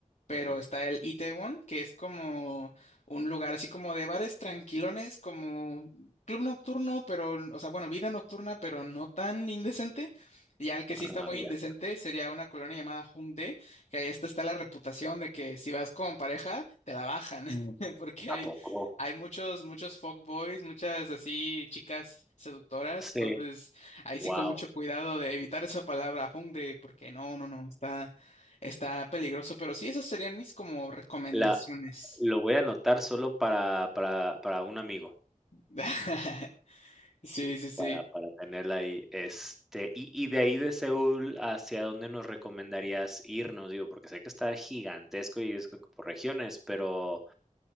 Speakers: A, on the left; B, in the centre.
A: pero
B: ujú.
A: está el Itaewon, que es como un lugar así como de bares tranquilones, como club nocturno, pero, o sea, bueno, vida nocturna, pero no tan indecente. Y al que sí
B: Ah,
A: está muy
B: ya.
A: indecente sería una colonia llamada Hongdae, que ahí hasta está la reputación de que si vas con pareja, te la bajan, <laughs> porque
B: ¿A
A: hay,
B: poco?
A: hay muchos, muchos fuckboys, muchas así chicas seductoras,
B: Sí,
A: entonces Ahí
B: wow.
A: sí con mucho cuidado de evitar esa palabra Hongdae, porque no, no, no, está, está peligroso. Pero sí, esas serían mis como recomendaciones.
B: La, lo voy a anotar solo para, para, para un amigo.
A: <laughs> Sí, sí, sí.
B: Para para tenerla ahí, este, y y de ahí de Seúl, ¿hacia dónde nos recomendarías irnos? Digo, porque sé que está gigantesco y es por regiones, pero